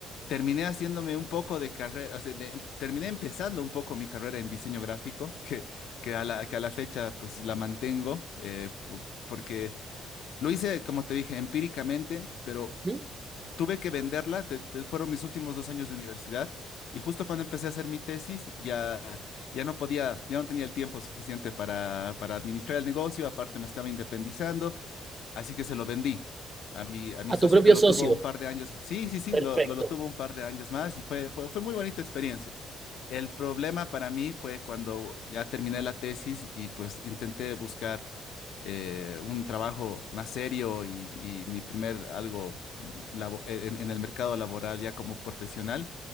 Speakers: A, on the left; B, on the right.
A: terminé haciéndome un poco de carrera, o sea, de- terminé empezando un poco mi carrera en diseño gráfico, <laughs> que, que, a la, que a la fecha pues la mantengo, eh, po- porque lo hice, como te dije, empíricamente, pero
B: ujú.
A: tuve que venderla, te- te- fueron mis últimos dos años de universidad, y justo cuando empecé a hacer mi tesis, ya, ya no podía, ya no tenía el tiempo suficiente para, para administrar el negocio, aparte me estaba independizando. Así que se lo vendí a mi, a mi
B: A
A: socio
B: tu propio
A: que lo
B: socio.
A: tuvo un par de años. Sí, sí, sí,
B: Perfecto.
A: lo, lo, lo tuvo un par de años más y fue, fue, fue muy bonita experiencia. El problema para mí fue cuando ya terminé la tesis y pues intenté buscar eh, un trabajo más serio y, y mi primer algo mm, labo- en, en el mercado laboral ya como profesional.